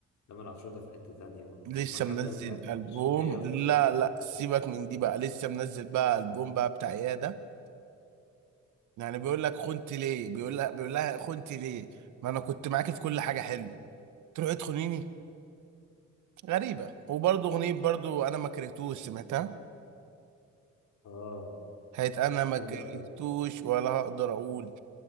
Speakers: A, on the left; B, on the right.
A: لما انا ده في حته ثانيه بقى
B: لسه
A: ما كمل
B: منزل البوم
A: ماشي هي اختارت
B: لا
A: كده
B: لا سيبك من دي بقى لسه منزل بقى البوم بقى بتاع ايه يعني بيقول لك خنت ليه بيقول لها بيقول لها خنت ليه ما انا كنت معاكي في كل حاجه حلو تروحي تخونيني غريبه وبرضه اغنيه برضه انا ما كرهتوش سمعتها
A: اه
B: هيت انا ما
A: جامده
B: كرهتوش
A: قوي
B: ولا هقدر اقول